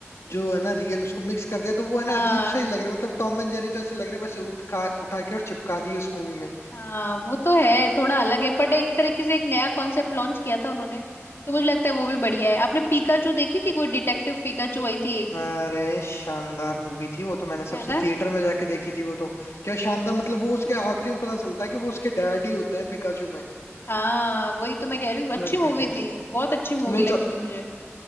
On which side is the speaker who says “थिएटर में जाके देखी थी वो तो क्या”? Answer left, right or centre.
Left